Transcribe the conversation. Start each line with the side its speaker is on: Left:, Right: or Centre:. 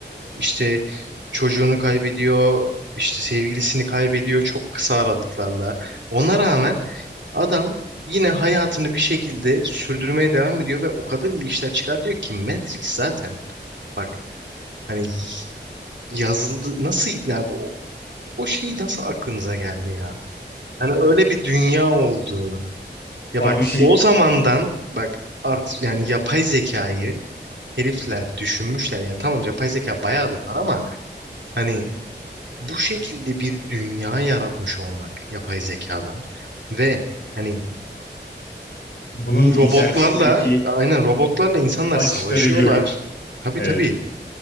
Right: işte çocuğunu kaybediyor, işte sevgilisini kaybediyor çok kısa aralıklarla. Ona rağmen adam yine hayatını bir şekilde sürdürmeye devam ediyor ve o kadar iyi işler çıkartıyor ki Matrix zaten bak hani yazıldı nasıl ya bu o şey nasıl aklınıza geldi ya? Hani öyle bir dünya oldu. Ya
Left: Abi
Right: bak
Left: şey
Right: o zamandan bak art yani yapay zekayı herifler düşünmüşler ya tamam yapay zeka bayağıdır var ama hani bu şekilde bir dünya yaratmış olmak yapay zekadan ve hani
Left: bunun içerisindeki
Right: robotlarla aynen robotlarla insanlar
Left: açıkları
Right: savaşıyorlar.
Left: görüp
Right: Tabii
Left: evet.
Right: tabii